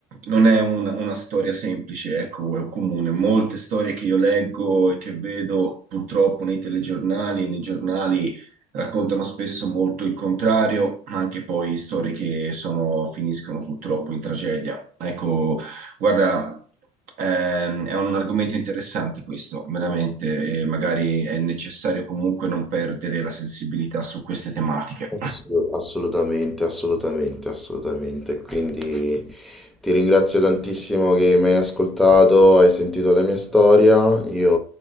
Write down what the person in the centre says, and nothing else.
Assu- Assolutamente, assolutamente, assolutamente. Quindi ti ringrazio tantissimo che mi hai ascoltato, hai sentito la mia storia. Io